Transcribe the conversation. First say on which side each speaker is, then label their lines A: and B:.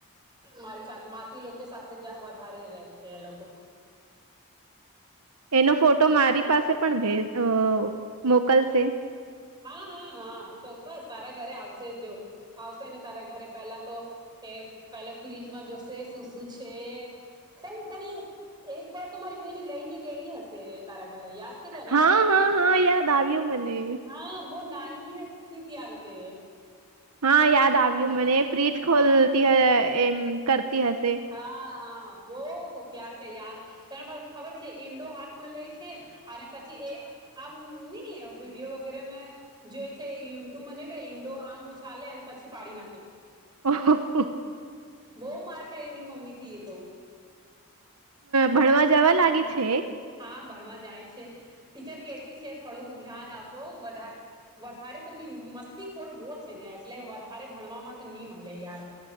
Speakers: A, on the right; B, on the right.
A: મારી સાથે માસી લોકો સાથે વધારે ર છે એ લોકો
B: એનો ફોટો મારી પાસે પણ ભ મોકલશે
A: હા હા હા ચોક્કસ તારા ઘરે આવશે જો આવશે ને તારા ઘરે પહેલા તો એ પહેલા ફ્રીજમાં જોશે શું શું છે પણ તની એક વાર મારી બેન લઈને ગયેલી હશે તારા ઘરે યાદ છે તને
B: હા હા હા યાદ આવ્યું મને
A: હા વો નાાલની હથી ત આરેતે
B: હા યાદ આવ્યું મને ફ્રીિજ ખોલતી હોય એમ કરતી હશે
A: હા હા બહુ હોશિયાર છે યાર ત ખબર છે ઇન્ડો હાથ મળે છે અને પછી એ આમ નહી વિડીયો વગેરે જોય છે યુટ્યુબમાં જોઈ છે ઈન્ડો આમ ચાલે પછી પાડી નાખે
B: ઓહોહો.
A: બહ માર્ મ્મી થ એ તો
B: ભણવા જવા લાગી છે
A: હા ભણવા જાય ટીરતીડ ધ્યાન આપો વધારે તો મસ્તીોને એટલે અરે ભણવાવામાં તો નીમ હે યાર